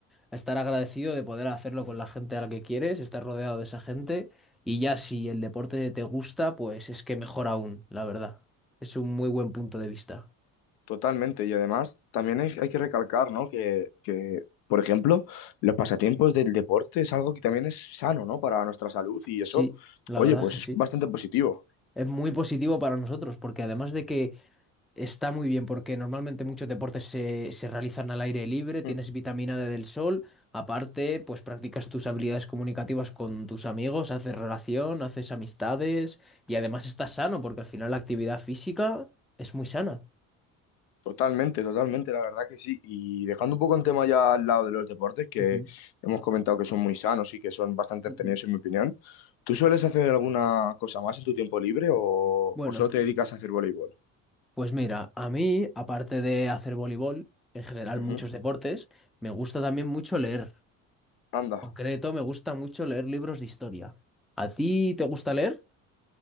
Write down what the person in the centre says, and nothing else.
a estar agradecido de poder hacerlo con la gente a la que quieres, estar rodeado de esa gente y ya si el deporte te gusta, pues es que mejor aún, la verdad. Es un muy buen punto de vista.
Sí,
la
verdad
que sí.
es muy positivo para nosotros, porque además de que está muy bien, porque normalmente muchos deportes se, se realizan al aire libre, tienes
vitamina D del sol, aparte, pues practicas tus habilidades comunicativas con tus amigos, haces relación, haces amistades y además estás sano, porque al final la actividad física es muy sana.
Ujú.
Ujú.
Bueno,
pues mira, a mí, aparte de hacer voleibol, en general
muchos deportes, me gusta también mucho leer.
concreto, me gusta mucho leer libros de historia. ¿A ti te gusta leer?